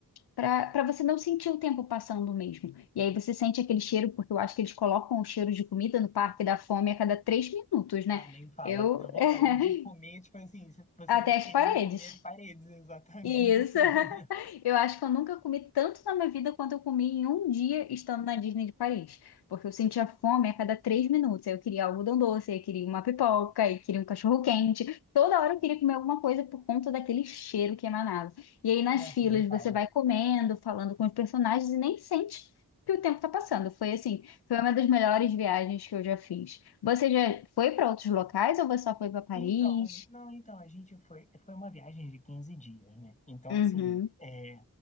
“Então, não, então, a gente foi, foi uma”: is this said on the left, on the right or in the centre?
Left